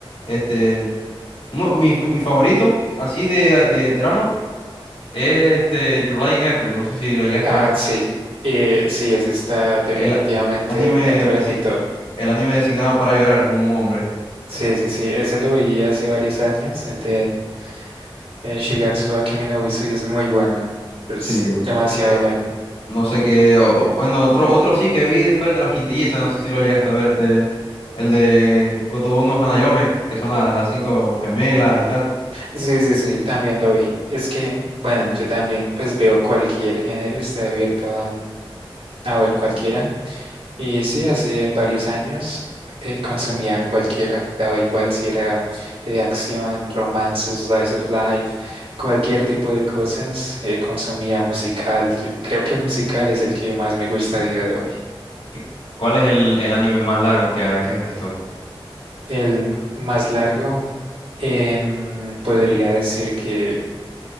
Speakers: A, on the left (about 85°); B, on the right (about 85°).
A: este, uno- mi, mi favorito, así de, de drama, es este, Your Lie in April, no sé si lo llegaste
B: Ah,
A: a ver.
B: sí, eh, sí, ese está definitivamente
A: El, el anime
B: dentro de
A: desi-
B: mi top.
A: el anime designado para llorar como un hombre.
B: Sí, sí, sí, ese lo vi hace varios años, el de eh, Shigatsu wa Kimi no Uso, y es muy bueno, es
A: Sí,
B: demasiado
A: eh,
B: bueno.
A: no sé qué. o- bueno, otro, otro sí que vi fue el de las quintillizas. No sé si lo llegaste a ver. El de, el de Gotobu no Hanayome, que son la- las cinco gemelas y tal.
B: Sí, sí, sí, también lo vi. Es que, bueno, yo también pues veo cualquier género, estoy abierto a, a ver cualquiera. Y sí, hace varios años eh, consumía cualquiera, daba igual si era eh, acción, romance, slice of life, cualquier tipo de cosas, eh, consumía musical. Creo que el musical es el que más me gusta a día de hoy.
A: ¿Y ¿Cuál es el, el anime más largo que, ha- que has visto?
B: El más largo, em, podría decir que